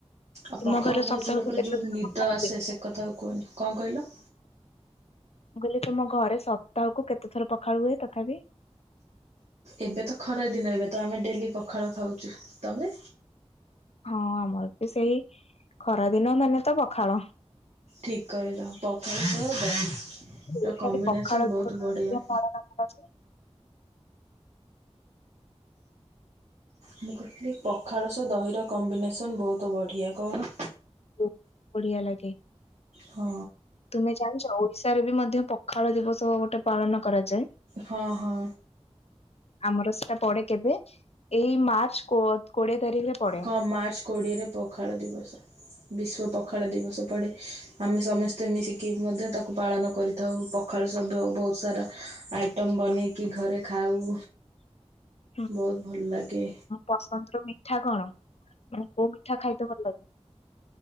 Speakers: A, on the right (about 75°); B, on the left (about 65°).
A: ଆଉ ପଖାଳ
B: ତୁମ ଘରେ
A: ଖାଇସାରିଲା
B: ସପ୍ତାହକୁ
A: ପରେ
B: କେତେ
A: ଯଉ
B: ଥର
A: ନିଦ
B: ପଖାଳ
A: ଆସେ
B: ହୁଏ?
A: ସେ କଥା ଆଉ କୁହନି, କଣ କହିଲ?
B: ମୁ କହିଲି ତମ ଘରେ ସପ୍ତାହକୁ କେତେ ଥର ପଖାଳ ହୁଏ ତଥାପି?
A: ଏବେ ତ ଖରାଦିନ ଏବେ ତ ଆମେ ଡେଲି ପଖାଳ ଖାଉଚୁ, ତମେ?
B: ହଁ ଆମର ବି ସେଇ ଖରାଦିନ ମାନେ ତ ପଖାଳ।
A: ଠିକ୍ କହିଲ ପଖାଳ ସହ
B: ଓଡିଶାରେ
A: କମ୍ବିନେସନ୍
B: ପଖାଳ ଦିବସ
A: ବହୁତ ବଢ଼ିଆ।
B: <unintelligible>
A: ମୁଁ କହିଲି ପଖାଳ ସହ ଦହିର କମ୍ବିନେସନ ବହୁତୁ ବଢ଼ିଆ କହୁନୁ।
B: ହୁଁ ବଢିଆ ଲାଗେ।
A: ହ।
B: ତୁମେ ଜାଣିଚ ଓଡିଶାରେ ବି ମଧ୍ୟ ପଖାଳ ଦିବସ ଗୋଟେ ପାଳନ କରାଯାଏ।
A: ହଁ ହଁ।
B: ଆମର ସେଟା ପଡେ କେବେ, ଏଇ ମାର୍ଚ୍ଚ କୋ କୋଡିଏ ତାରିଖରେ ପଡେ।
A: ହଁ ମାର୍ଚ୍ଚ କୋଡ଼ିଏରେ ପଖାଳ ଦିବସ। ବିଶ୍ଵ ପଖାଳ ଦିବସ ପଡ଼େ, ଆମେ ସମସ୍ତେ ମିଶିକିରି ମଧ୍ୟ ତାକୁ ପାଳନ କରି ଥାଉ ପଖାଳ ସବୁ ବହୁତ ସାରା ଆଇଟମ୍ ବନେଇକି ଘରେ ଖାଉ।
B: <inaudible>
A: ବହୁତ ଭଲ ଲାଗେ।
B: ପସନ୍ଦ ର ମିଠା କଣ ମାନେ କୋଉ ମିଠା ଖାଇତେ ଭଲ ଲାଗେ?